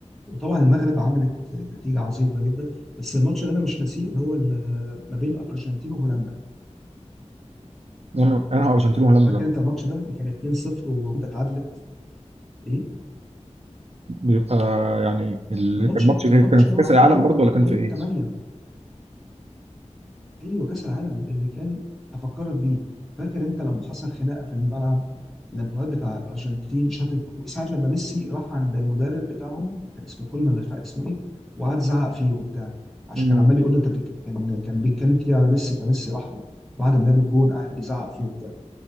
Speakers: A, in the centre; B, on the right.
A: وطبعا المغرب عملت نتيجه عظيمه جدا بس الماتش اللي انا مش ناسيه اللي هو ال- ما بين الارجنتين وهولندا
B: انا انا هو ارجنتين وهولندا
A: فاكر انت الماتش ده اللي كان 2-0 وانت اتعادلت ايه
B: بيبقى يعني اللي
A: كان ماتش
B: كان ماتش
A: كان
B: غير
A: ماتش
B: كان
A: اللي
B: في كاس
A: هو بتاع
B: العالم
A: دور الت-
B: برضه ولا كان
A: دور
B: في
A: الثمانيه
B: ايه؟
A: ايوه كاس العالم اللي كان هفكرك بيه فاكر انت لما حصل خناقه في الملعب لما الواد بتاع الارجنتين شاط الك- ساعه لما ميسي راح عند المدرب بتاعهم كان اسمه كولمان مش عارف اسمه ايه وقعد زعق فيه وبتاع عشان
B: مم.
A: كان عمال يقول له انت بتك... كان كان بيتكلم كتير على ميسي فميسي راح بعد ما جاب الجون قعد يزعق فيه وبتاع